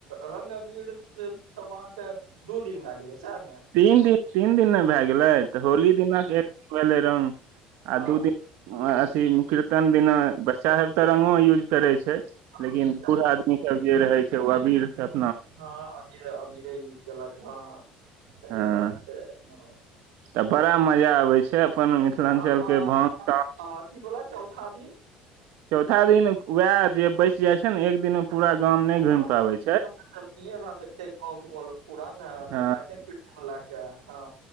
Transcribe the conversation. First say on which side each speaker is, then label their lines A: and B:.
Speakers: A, on the right (about 85°); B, on the right (about 70°).
A: रंग अबीर तब जे अहाँ केँ दू दिन भय गेलै सएह ने
B: तीन दिन तीन दिन नऽ भए गेलै तऽ होली दिना कऽ एक भेलै रंग आ
A: हँ
B: दू दिन अथी कीर्तन दिना बच्चा सब तऽ रंगो यूज करै छै
A: हँ,
B: लेकिन
A: बच्चा
B: बूढ़ आदमी सब जे रहै छै ओ अबीर सब
A: हँ अबीरे अबीरे यूज केलक हँ सही
B: हँ
A: बात छै हँ
B: तऽ बड़ा मजा आबै छै अपन मिथिलाञ्चल
A: <unintelligible>
B: के भान तान
A: अथि बला चौथा दिन
B: चौथा दिन वएह जे बैच जाइ छै नऽ एक दिन पूरा गाम नहि
A: हँ
B: घुमि पाबै छै
A: पुरा तऽ नहिये भए सकते गाँव घुमल पूरा ने अथि
B: हँ
A: लै की लै केँ हँ